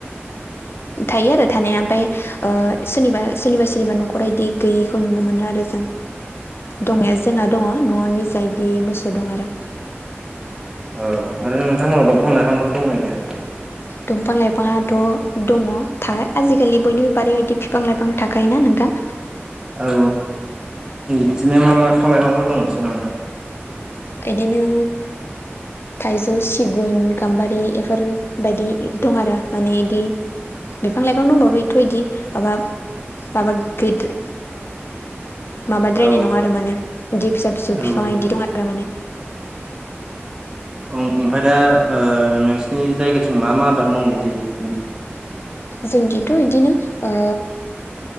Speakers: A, on the left; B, on the right.
A: थायो आरो थानाया, ओमफ्राय सोरनिबा सोरनिबा सोरनिबा न'खर इदि गैयैखौ नुनो मोनो आरो जों, दंनाया जोंना दङ न'आव निजायदि मोसौ दं आरो।
B: औ आरो नोंथांमोनहा दंफां लाइफांफोर दंना गैया?
A: दंफां लाइफाङाथ' दङ, आजिखालि बयनिबो बारि बायदि बिफां लाइफां थाखायायोना नोंथां?
B: औ बिदिनो मा मा फां लाइफांफोर दंसै नोंसोरनाव नोंथां?
A: इदिनो थाइजौ सिगुन गाम्बारि बेफोरबायायदि दं आरो, माने बिदि बिफां लाइफां दंबाबो एथ' बिदि माबा माबा गिदि माबाद्रायनाय
B: औ
A: नङा आरो माने बिदि फिसा फिसौ
B: औ
A: बिफां बिदि दं आरो माने।
B: औ ओमफफ्राय दा ओ नोंसिनि जायगाथिं मा मा आबाद मावनाय जायो?
A: जोंनिथ' बिदिनो ओ